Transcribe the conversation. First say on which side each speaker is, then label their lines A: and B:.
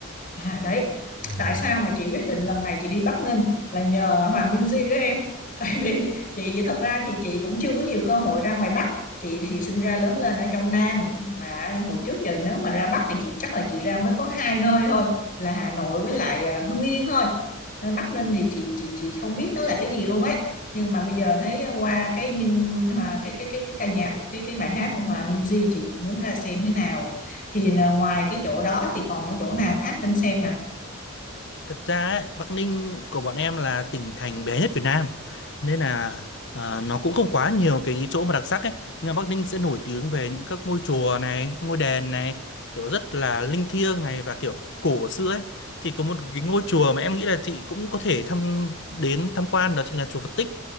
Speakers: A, on the left; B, on the left.
A: À, đấy tại sao mà chị quyết định lần này chị đi Bắc Ninh là nhờ Hòa Minzy đó em <laughs> tại vì chị thật ra thì chị cũng chưa có nhiều cơ hội ra ngoài Bắc chị thì sinh ra lớn lên ở trong Nam mà hồi trước giờ nếu mà ra Bắc thì chị chắc là chị ra mới có hai nơi thôi là Hà Nội với lại à, Hưng Yên thôi Ờ, Bắc Ninh thì chị chị chị không biết nó là cái gì luôn ấy nhưng mà bây giờ thấy à, qua cái Min Hòa cái cái cái cái ca nhạc cái cái bài hát của Hòa Minzy chị cũng muốn ra xem thế nào thì là ngoài cái chỗ đó thì còn cái chỗ nào khác nên xem nè
B: Thật ra ấy, Bắc Ninh của bọn em là tỉnh thành bé nhất Việt Nam nên là ờ, nó cũng không quá nhiều cái chỗ mà đặc sắc ấy nhưng mà Bắc Ninh sẽ nổi tiếng về những các ngôi chùa này ngôi đền này kiểu rất là linh thiêng này và kiểu cổ xưa ấy thì có một cái ngôi chùa mà em nghĩ là chị cũng có thể thăm đến tham quan đó chính là chùa Phật Tích